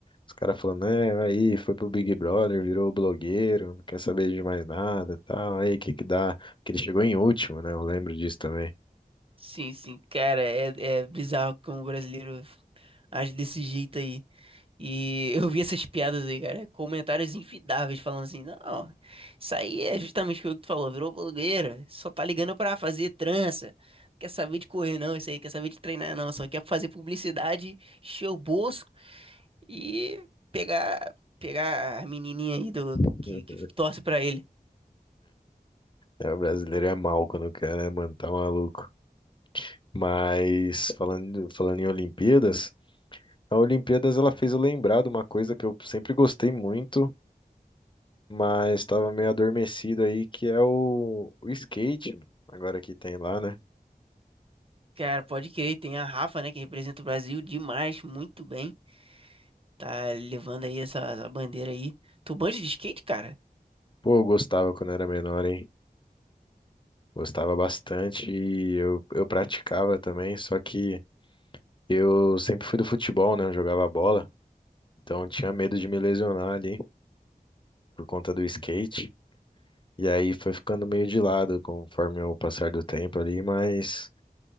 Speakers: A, on the left; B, on the right.
A: Os caras falando, é, aí foi pro Big Brother, virou blogueiro, não quer saber de mais nada, tal, aí que que dá? Porque ele chegou em último, né? Eu lembro disso também.
B: Sim, sim, cara, é, é bizarro como o brasileiro age desse jeito aí. E <laughs> eu vi essas piadas aí, cara, comentários infidáveis falando assim: não, isso aí é justamente o que tu falou, virou blogueiro, só tá ligando pra fazer trança, quer saber de correr não, isso aí, quer saber de treinar não, só quer fazer publicidade, encher o bolso e pegar, pegar a menininha aí do,
A: <laughs>
B: que, que torce pra ele.
A: É, o brasileiro é mal quando quer, né, mano? Tá maluco. Mas falando, falando em Olimpíadas. A Olimpíadas ela fez eu lembrar de uma coisa que eu sempre gostei muito, mas estava meio adormecido aí, que é o, o skate, agora que tem lá, né?
B: Cara, pode crer, tem a Rafa, né, que representa o Brasil demais, muito bem. Tá levando aí essa, essa bandeira aí. Tu manja de skate, cara?
A: Pô, eu gostava quando era menor, hein? Gostava bastante e eu, eu praticava também, só que eu sempre fui do futebol, né? Eu jogava bola, então eu tinha medo de me lesionar ali por conta do skate. E aí foi ficando meio de lado conforme o passar do tempo ali, mas